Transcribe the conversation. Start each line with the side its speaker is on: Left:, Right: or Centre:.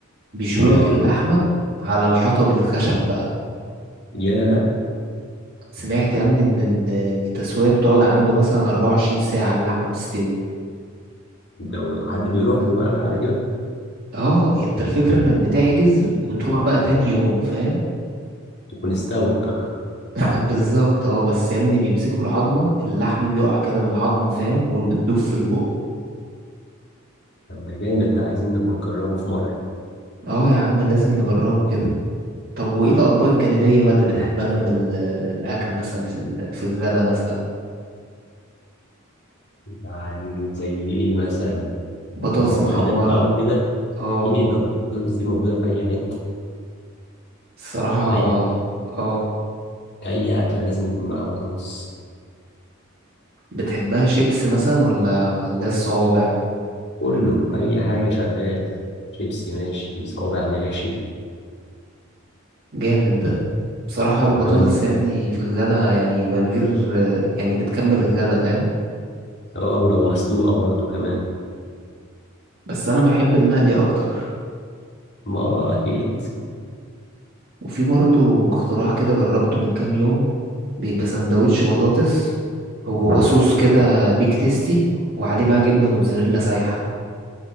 Right: بيشوي
Left: آه
Right: لك اللحمة على الحطب الخشب بقى
Left: ياه
Right: سمعت يا ابني إن ال- التسوية بتقعد عنده مثلا 24 ساعة اللحمة بتستوي
Left: ده لو حد بيروح له بقى لا على كده
Right: اه انت الفكرة انك بتحجز وبتروح بقى تاني يوم فاهم
Left: تكون استوت بقى
Right: <laughs> بالظبط اه بس يا ابني بيمسكوا العظمة اللحم بيقع كده من العظم فاهم وبتدوب في البق
Left: طب ده جامد ده عايزين نبقى نجربه في مرة
Right: اه يا عم لازم نجربه كده طب وإيه الأطباق الجانبية بقى اللي بتحبها جنب ال- الأكل مثلا في ال- في الغدا مثلا
Left: يعني زي إيه مثلا
Right: بطاطس
Left: مقبلات
Right: محمرة
Left: بقى وكده
Right: اه
Left: أكيد آه، البطاطس دي موجودة في أي حتة
Right: الصراحة
Left: أي
Right: اه
Left: أي أكلة لازم يكون معاها بطاطس
Right: بتحبها شيبس مثلا ولا اللي هي الصوابع
Left: كله اي حاجه شغال شيبسي ماشي صوابع ماشي
Right: جامد ده بصراحة البطاطس
Left: وكمان
Right: يعني في الغدا يعني من غير يعني بتكمل الغدا فاهم
Left: اه ولو مسلوقه برضه كمان
Right: بس أنا بحب المقلي أكتر
Left: ما آه، اكيد
Right: وفي برضو اختراع كده جربته من كام يوم بيبقى سندوتش بطاطس وجواه صوص كده بيك تيستي وعليه بقى جبنة موتزاريلا سايحة